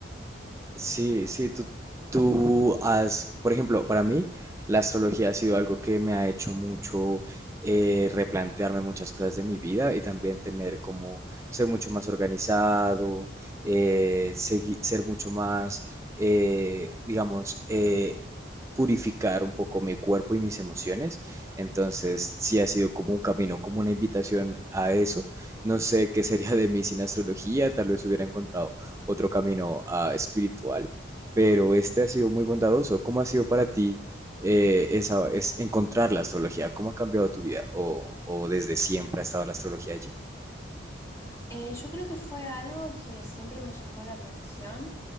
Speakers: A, on the right; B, on the left.
A: Sí, sí, tú, tú has, por ejemplo, para mí la astrología ha sido algo que me ha hecho mucho eh, replantearme muchas cosas de mi vida y también tener como ser mucho más organizado, eh, segui- ser mucho más, eh, digamos, eh, purificar un poco mi cuerpo y mis emociones. Entonces, sí ha sido como un camino, como una invitación a eso. No sé qué sería de mí sin astrología, tal vez hubiera encontrado otro camino ah, espiritual, pero este ha sido muy bondadoso. ¿Cómo ha sido para ti eh, esa, es encontrar la astrología? ¿Cómo ha cambiado tu vida? ¿O, o desde siempre ha estado la astrología allí?
B: Eh, yo creo que fue algo que siempre me llamó la atención